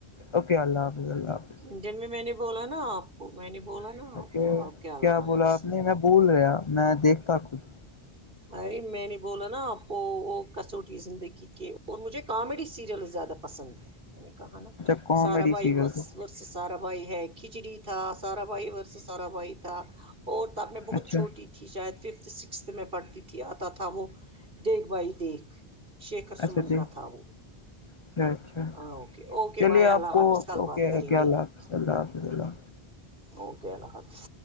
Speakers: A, on the left; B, on the right.
A: اوکے اللہ حاظ اللہ حافظ
B: انڈین میں میں نے بولا نا آپ کو میں نے بولا نا آپ
A: اے
B: کو آپ کے اللہ
A: کیا
B: حافظ
A: بولا آپ نے میں بول رہیا میں دیکھتا کچھ
B: ارے میں نے بولا نا آپ کو وہ کسوٹی زندگی کے اور مجھے کامیڈی سیریل زیادہ پسند ہے ی نے کہا نا
A: اچھا کامیڈی
B: سارا بھائی
A: سیریل کو،
B: سارا بھائی ہے کھچڑی تھا سارا بھائی اورور سے سارا بھائی تھا اور ت اب میں بہت
A: اچھا
B: چھوٹی تھی شاید ففتھ سکسھ میں پڑھ تھی آتا تھا وہ دیکھ بھائی دیکھ شیکھر
A: اچھا
B: سمن
A: ٹھیک
B: کا تھا وہ
A: اچھا اچھا
B: ہاں اوکے اوکے
A: چلیے
B: بھائی اللہ
A: آپ کو
B: حافظ کل
A: اوکے
B: بات کریں
A: ہے کیا
B: گے
A: حاف اللہ حافظ اللہ
B: اوکے اللہ حافظ